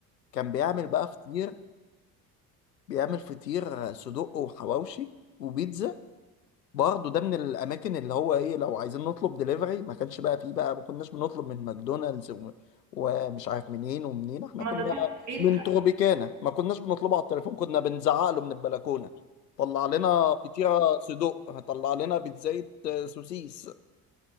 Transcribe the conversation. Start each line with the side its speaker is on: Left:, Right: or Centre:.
Left: كان بيعمل بقى فطير بيعمل فطير صدق وحواوشي وبيتزا برضه ده من الاماكن اللي هو ايه لو عايزين نطلب دليفري ما كانش بقى فيه بقى ما كناش بنطلب من ماكدونالدز و... ومش عارف منين ومنين احنا
Right: ما
Left: كنا
Right: ده تحت البيت
Left: من
Right: بقى
Left: تروبيكانا ما كناش بنطلبه على التليفون كنا بنزعق له من البلكونه طلع لنا فطيره صدق طلع لنا بيتزاية سوسيس